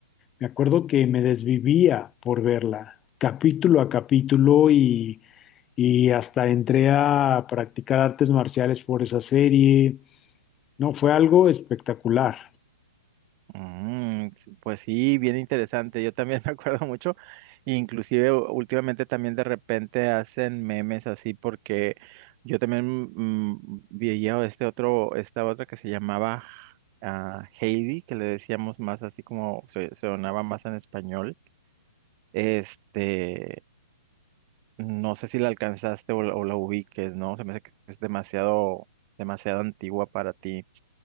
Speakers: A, on the left; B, on the right.
A: me acuerdo que me desvivía por verla, capítulo a capítulo, y, y hasta entré a practicar artes marciales por esa serie. No, fue algo espectacular.
B: Mm, sí, pues sí, bien interesante. Yo también <laughs> me acuerdo mucho, inclusive u- últimamente también de repente hacen memes así porque yo también mm, veía este otro, esta otra que se llamaba ah, Heidi, que le decíamos más así como se, se sonaba más en español. Este, No sé si la alcanzaste o la, o la ubiques, ¿no? Se me hace que es demasiado, demasiado antigua para ti.